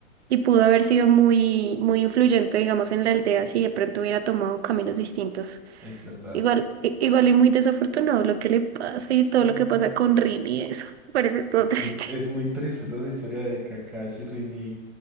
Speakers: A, on the right; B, in the centre.
A: y pudo haber sido muy, muy influyente, digamos, en la aldea si de pronto hubiera tomado caminos distintos.
B: es verdad.
A: Igual, i- igual y muy desafortunado lo que le pasa y todo
B: Ujú.
A: lo que pasa con Rin y eso. <laughs> Me parece todo triste.
B: Sí, es muy triste toda esa historia de Kakashi, Rin y,